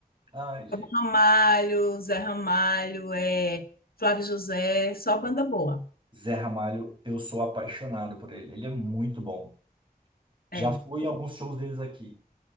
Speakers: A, on the right; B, on the left.
A: Ai, gente.
B: Ramalho, Zé Ramalho, é, Flávio José, só banda boa.
A: Zé Ramalho, eu sou apaixonado por ele. Ele é muito bom.
B: É.
A: Já fui em alguns shows deles aqui.